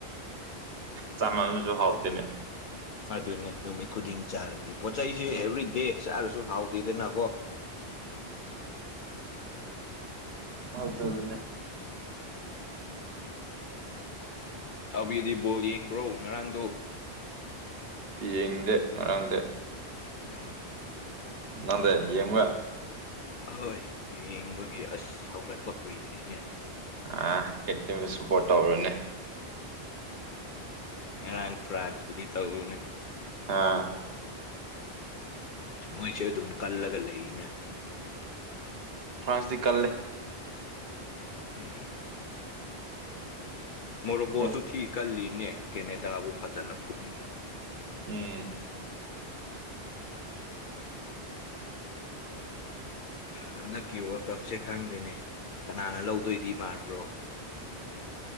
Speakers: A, on the right; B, on the left.
A: ꯆꯥꯃꯅꯨꯁꯨ ꯍꯥꯎꯇꯅꯦ
B: ꯑꯗꯨꯅꯦ ꯅꯨꯃꯤꯠ ꯈꯨꯗꯤꯡ ꯆꯥꯔꯗꯤ ꯄꯣꯠꯆ ꯆꯩꯁꯦ ꯑꯦꯕ꯭ꯔꯤꯗꯦ ꯆꯥꯔꯁꯨ ꯍꯥꯎꯇꯦꯗꯅꯀꯣ
A: ꯍꯗ ꯑꯗꯨꯅꯦ
B: ꯑꯕꯤꯗꯤ ꯕꯣꯜ ꯌꯦꯡꯕ꯭ꯔꯣ ꯉꯔꯥꯡꯗꯣ
A: ꯌꯦꯡꯗꯦ ꯉꯔꯗꯦ
B: ꯑ
A: ꯅꯗꯦ ꯌꯦꯡꯕ
B: ꯑꯣꯏ ꯌꯦꯡꯕꯒꯤ ꯑꯁ ꯍꯧꯒꯠꯄ ꯀꯨꯏꯗ꯭ꯔꯤꯅꯦ
A: ꯑꯥ ꯀꯦꯇꯁꯨꯨꯄꯣꯔꯇꯎꯔꯅꯦꯦ
B: ꯉꯔꯥꯡ ꯐ꯭ꯔꯥꯟꯁꯕꯨꯨꯗꯤ ꯇꯧꯅꯦ
A: ꯑꯥ
B: ꯃꯣꯏ ꯆ ꯑꯗꯨ ꯀꯜꯂꯒ ꯂꯩꯅꯦ
A: ꯐ꯭ꯔꯥꯟꯁꯗꯤ ꯀꯜ ꯂꯩ
B: ꯎꯝ ꯃꯣꯔꯣꯀꯣꯁꯨ
A: ꯌꯥꯝ
B: ꯊꯤ ꯀꯜꯂꯤꯅꯦ ꯀꯦꯅꯦꯗꯥꯕꯨ ꯐꯖꯅ ꯐꯨꯕꯤꯔꯤꯅꯦ
A: ꯎꯝ
B: ꯍꯟꯗꯛꯀꯤꯣ ꯋꯥ ꯀꯞꯁꯦ ꯈꯪꯗꯦꯅꯦ ꯀꯅꯥꯅ ꯂꯧꯗꯣꯏꯗꯤ ꯃꯥꯟꯕ꯭ꯔꯣ <unintelligible> t.....